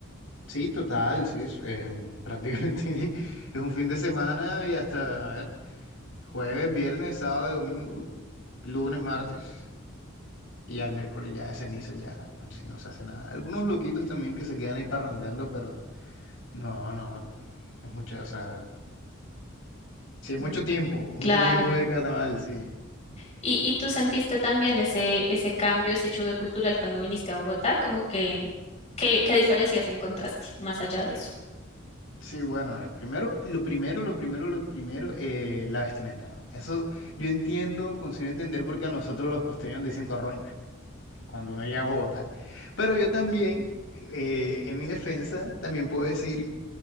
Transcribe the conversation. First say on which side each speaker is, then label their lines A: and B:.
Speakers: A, on the left; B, on the left.
A: sí, total, sí, es, eh, prácticamente <laughs> es un fin de semana y hasta, a ver, jueves, viernes, sábado, domingo, lunes, martes. Y ya el miércoles ya de ceniza, ya, pues si no se hace nada. Algunos loquitos también que se quedan ahí parrandeando, pero no, no, es mucho, o sea, sí, es
B: Wow.
A: mucho tiempo, mucho
B: Claro.
A: tiempo de carnaval, sí.
B: ¿Y, y tú sentiste también ese, ese cambio, ese choque cultural cuando viniste a Bogotá? Como que, ¿qué, qué diferencias encontraste más allá de eso?
A: Sí, bueno, eh, primero, lo primero, lo primero, lo primero, eh, la vestimenta, ¿no? Eso yo entiendo, consigo entender porque a nosotros los costeños dicen corroncho cuando uno llega a Bogotá. Pero yo también, eh, en mi defensa, también puedo decir